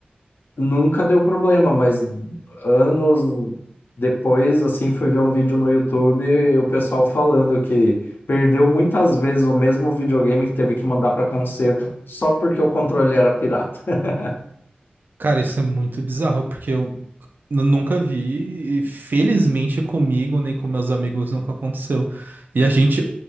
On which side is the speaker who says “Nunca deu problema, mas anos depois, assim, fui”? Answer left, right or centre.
Left